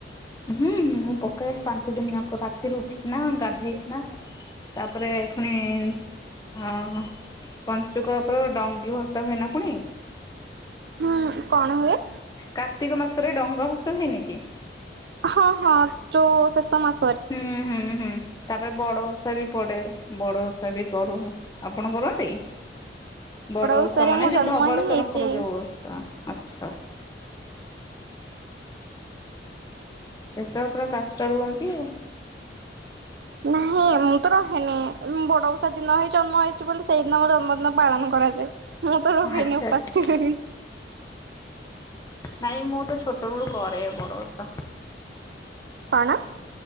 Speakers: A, on the left; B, on the right.
A: ହୁଁ ମୁଁ ପକାଏ ପାଞ୍ଚ ଦିନ ଯାକ ରାତିରୁ ଉଠିକିନା ଗାଧେଇକିନା। ତାପରେ ପୁଣି ହଁ ପଞ୍ଚୁକ ଉପରୁ ଡଙ୍ଗି ଭସା ହୁଏନା ଫୁଣି
B: ହୁଁ କଣ ହୁଏ?
A: କାର୍ତ୍ତିକ ମାସରେ ଡଙ୍ଗା ଭସାହୁଏନିକି?
B: ହଁ ହଁ ଯୋଉ ଶେଷ ମାସ
A: ହୁଁ ହୁଁ ହୁଁ। ତାପରେ ବଡ ଓଷା ବି ପଡେ ବଡ ଓଷା ବି କରୁ। ଆପଣ କରନ୍ତି? ବଡ
B: ଓଷାରେ
A: ଓଷା ମାନେ
B: ମୁଁ ଜନ୍ମ
A: ଯେ ଧବଳେଶ୍ୱଵରଙ୍କର
B: ହିଁ ହେଇଛି।
A: ଯୋଉ ଓଷା ଆଛା। ସେତେବେଳେ ପୁରା କାଷ୍ଟା ରୁହନ୍ତି ଆଉ।
B: ନାହିଁ ମୁଁ ତ ରହେନି ବଡ ଓଷା ଦିନ ହିଁ ଜନ୍ମ ହେଇଛି ବୋଲି ସେଇଦିନ ମୋ ଜନ୍ମଦିନ ପାଳନ କରାଯାଏ ମୁଁ ତ ରହେନି
A: ଆଚ୍ଛା
B: ଓପାସ
A: ଆଚ୍ଛା
B: କେବେ ବି।
A: ନାଇଁ ମୁଁ ତ ଛୋଟ ବେଳୁ କରେ ବଡ ଓସା।
B: କଣ?